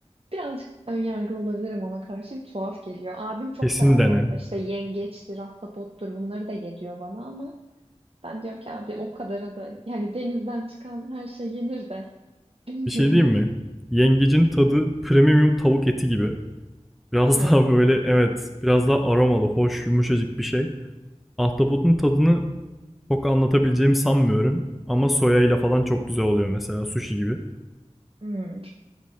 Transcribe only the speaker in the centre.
Kesin
dene.
Bir şey diyeyim mi? Yengecin tadı premium tavuk eti gibi. Biraz
<laughs> daha böyle evet biraz daha aromalı, hoş, yumuşacık bir şey. Ahtapotun tadını çok anlatabileceğimi sanmıyorum. Ama soya ile falan çok güzel oluyor mesela sushi gibi.